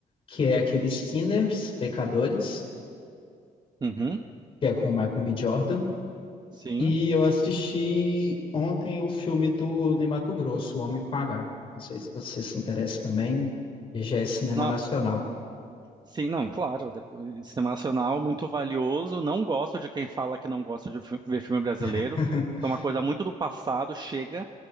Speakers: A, on the left; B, on the right.
A: que é aquele Sinners, Pecadores,
B: Uhum,
A: que é com o Michael B. Jordan.
B: sim.
A: E eu assisti ontem o filme do Ney Matogrosso, O Homem com H. Não sei se você se interessa também, e já é cinema
B: Nossa,
A: nacional.
B: sim, não, claro, depois, cinema nacional, muito valioso. Não gosto de quem fala que não gosta de fi- ver filme brasileiro.
A: <laughs>
B: É uma coisa muito do passado, chega.